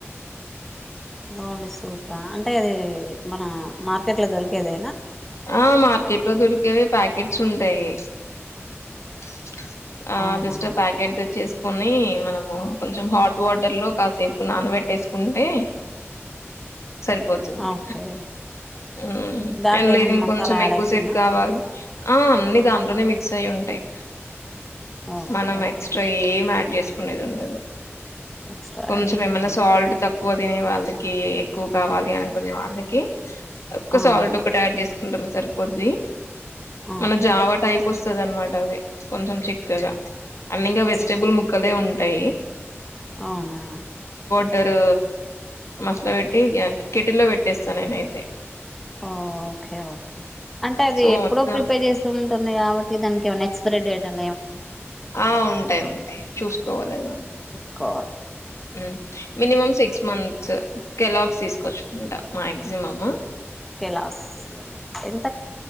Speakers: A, in the centre; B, on the left.
A: ఓన్లీ సుత అంటే అది మన మార్కెట్ లో దొరికేది
B: ఆ మార్కెట్ లో దొరికేవి ప్యాకెట్స్ ఉంటాయి <unintelligible> ఆ
A: అవునా
B: అది జస్ట్ ప్యాకెట్ తెచ్చే కొన్ని మనము కొంచెం హాట్ వాటర్ లో కాసేపు నానబెట్టేసుకుంటే సరిపోతుంది
A: ఓకే
B: ఊమ్
A: దాంట్లో
B: అండ్ లేదు
A: ఏమైనా
B: ఇంకొంచెం
A: మసాలా యాడ్
B: ఎక్కువసేపు
A: అవుతుందా
B: కావాలి ఆ అన్ని దాంట్లోనే మిక్స్ అయి ఉంటాయి
A: ఓకే
B: మనం
A: ఓకే
B: ఎక్స్ట్రా ఏం యాడ్ చేస్త సుకునేదుండదు
A: ఎక్స్ట్రా
B: కొంచెం
A: యాడ్ చేసుకున్నా
B: ఏమన్నా సాల్ట్ తక్కువ ఎక్కువ తినే వాళ్ళకి ఎక్కువ కావాలి అనుకునే వాళ్ళకి ఎక్కు
A: అవును
B: సాల్ట్ ఒకటీ యాడ్ చేసు ఉంటరు సరిపోద్ది మన
A: ఓకే
B: జావా టైప్ వస్ వస్తది అన్నమాట కొంచెం చిక్కగా అన్ని ఇంగ వెజిటబుల్
A: చికెన్
B: ముక్కలే ఉన్ అయి
A: అవునా
B: టరూ మసలా పెట్టి గ్యాస్ కెటిల్ లో పెట్టేస్త నేనయితే
A: ఓ ఒకే ఒకే అంటే అది
B: సో,
A: ఎప్పుడో
B: మొత్తం
A: ప్రిపేర్ చేస్తాం తుంది కాబట్టి దానికి ఉన్న ఎక్స్పైరీడేట్ అ
B: ఆ ఉంటాయి ఉంటాయి చూసుకోవాలది మనం
A: కో
B: హమ్ మినిమం సిక్స్ మంత్స్ కెలాగ్స్ తీసుకొచ్చుకుంట మాక్సిమం
A: కెలాస్ ఎంత